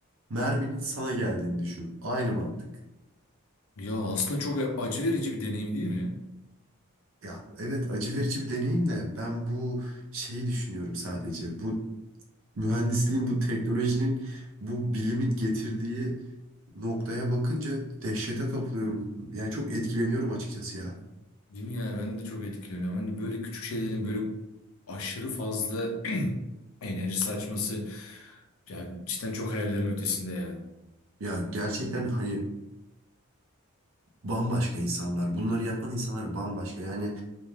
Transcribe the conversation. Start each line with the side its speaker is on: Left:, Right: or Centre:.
Right: merminin sana geldiğini düşün. Aynı mantık.
Left: Ya aslında çok acı verici bir deneyim değil mi?
Right: Ya evet acı verici bir deneyim de ben bu şeyi düşünüyorum sadece. Bu mühendisliğin, bu teknolojinin, bu bilimin getirdiği noktaya bakınca dehşete kapılıyorum. Yani çok etkileniyorum açıkçası ya.
Left: Değil mi ya? Ben de çok etkileniyorum. Hani böyle küçük şeylerin böyle aşırı fazla <clears throat> enerji saçması ya cidden çok hayallerimin ötesinde ya.
Right: Ya gerçekten hani bambaşka insanlar. Bunları yapan insanlar bambaşka. Yani